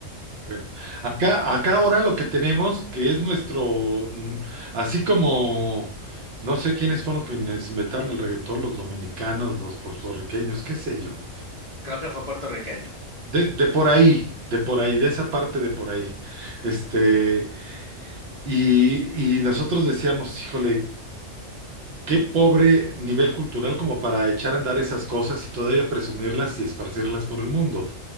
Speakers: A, on the right; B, on the left.
A: Bueno, acá, acá ahora lo que tenemos, que es nuestro, mm, así como, no sé quiénes fueron quienes inventaron el reggaetón, los dominicanos, los puertorriqueños, qué sé yo.
B: Creo que fue puertorriqueño.
A: De, de por ahí, de por ahí, de esa parte de por ahí. Este, y, y nosotros decíamos, híjole, qué pobre nivel cultural como para echar a andar esas cosas y todavía presumirlas y esparcirlas por el mundo.